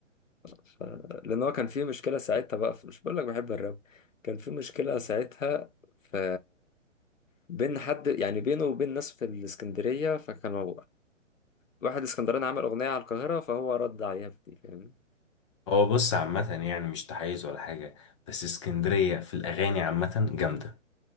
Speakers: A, on the left (about 80°); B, on the left (about 25°).
A: ف... لان هو كان في مشكله ساعتها بقى في... مش بقول لك بحب الراب كان في مشكله ساعتها ف بين حد يعني بينه وبين ناس في الاسكندريه فكانوا واحد اسكندراني عمل اغنيه على القاهره فهو رد عليها في دي فاهمني
B: هو بص عامه يعني مش تحيز ولا حاجه بس اسكندريه في الاغاني عامه جامده